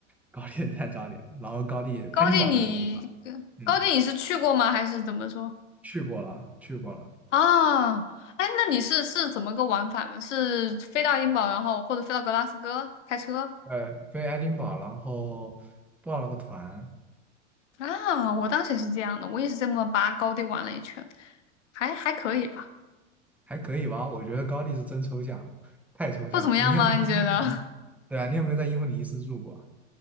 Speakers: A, in the centre; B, on the left (about 75°).
A: 高地也太炸裂了。然后高地爱丁堡的。
B: 高地你
A: 嗯，
B: 高地你是去过吗？还是怎么说？
A: 去过了，去过了，
B: 啊，哎，那你是是怎么个玩法呢？是飞到英堡，然后或者飞到格拉斯哥开车？
A: 对，飞爱丁堡，然后报了个团，
B: 啊，我当时也是这样的，我也是这么把高地玩了一圈，还还可以吧，
A: 还可以吧？我觉得高地是真抽象，太抽象了。
B: 不怎么样吗？
A: 你有没有
B: 你觉得？<laughs>
A: 对啊，你有没有在英弗尼斯住过啊